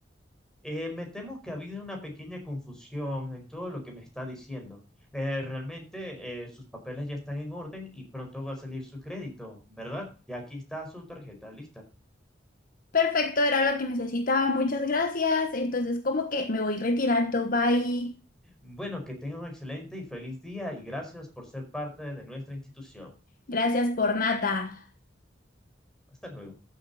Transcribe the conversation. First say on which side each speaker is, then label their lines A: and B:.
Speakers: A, in the centre; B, on the left.
A: Eh, me temo que ha habido una pequeña confusión en todo lo que me está diciendo. Eh, realmente eh, sus papeles ya están en orden y pronto va a salir su crédito, ¿verdad? Ya aquí está su tarjeta lista.
B: Perfecto, era lo que necesitaba. Muchas gracias. Entonces, como que me voy retirando. Bye.
A: Bueno, que tenga un excelente y feliz día y gracias por ser parte de nuestra institución.
B: Gracias por nada.
A: Hasta luego.